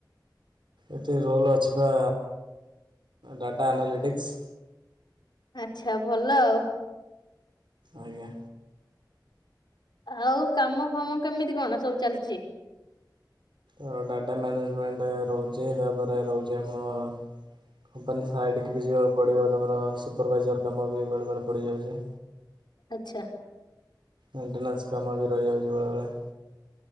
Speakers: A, on the right (about 85°); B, on the left (about 70°).
A: ଏଠି ରୋଲ ଅଛିି ପା ଡାଟା ଆନାଲିଟିକ୍ସ୍।
B: ଆଛା ଭଲ ଆଉ।
A: ଆଜ୍ଞା।
B: ଆଉ କାମ ଫାମ କେମିତି କଣ ସବୁ ଚାଲିଚି?
A: ଆଉ ଡାଟା ମ୍ୟାନେଜମେଣ୍ଟ ରହୁଚି ତାପରେ ରହୁଚି ଆମର କମ୍ପାନୀ ସାଇଡ଼ିକି ବି ଯିବାକୁ ପଡ଼ିବ ତମର ସୁପରଭାଇଜର କାମ ବି ବେଳେ ବେଳେ ପଡ଼ିଯାଉଚି।
B: ଆଛା।
A: ମେଣ୍ଟେନ୍ସା କାମ ବି ରହିଯାଉଚି ବେଳେବେଳେ।